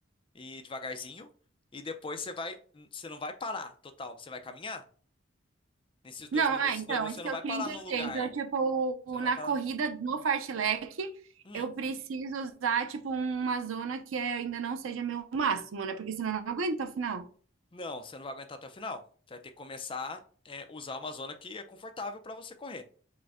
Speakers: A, on the left; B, on the right.
A: e devagarzinho. E depois você vai, você não vai parar total. Você vai caminhar. Nesses
B: Não,
A: dois minutos,
B: é,
A: nesses
B: então,
A: dois minutos
B: é isso
A: você
B: que
A: não vai
B: eu queria
A: parar
B: entender.
A: no lugar.
B: Então, tipo,
A: Você
B: o-
A: não
B: na
A: vai parar
B: corrida
A: no.
B: no fartlek,
A: Hum.
B: eu preciso usar, tipo, uma zona que é, ainda não seja meu máximo, né? Porque senão eu não aguento até o final.
A: Não, você não vai aguentar até o final. Você vai ter que começar a usar uma zona que é confortável para você correr.